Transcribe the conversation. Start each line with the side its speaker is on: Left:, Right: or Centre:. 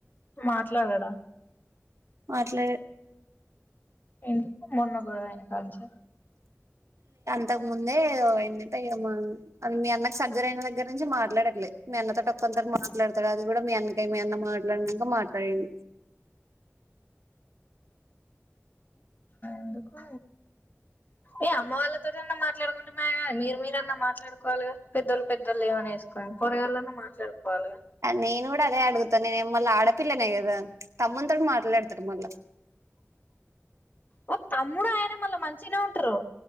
Left: మాట్లాడడా
Right: మాట్లా
Left: ఎ మొన్న గొడవా అయిన కాదనుంచి
Right: ఇంతకు ముందే ఎంట మీ అన్నకు సర్జరయిన దగ్గర నుంచి మాట్లాడట్లేదు మీ అన్నతో తక్ కొంతర మాట్లాడతాడు అది కూడా మీ అన్నక మీ అన్న మాట్లాడినాక మాట్లాడండి
Left: ఎందుకు ఏ అమ్మ వాళ్ళతోటి అన్నా మాట్లాడుకుంటున్నా మీరు మీరన్నా మాట్లాడుకు వాలగా పెద్దలు పెద్దళ్లు ఏమనిసుకొని పొరగాళ్ళన్నా మాట్లాడుకోవాలి
Right: నేను కూడా అదే అడుగుతాను నేను మళ్ళా ఆడపిల్లనే కదా తమ్మతో మాట్లాడతారు మళ్ళా
Left: ఓ తమ్ముడు ఆయన మళ్ళా మంచినే ఉంటారు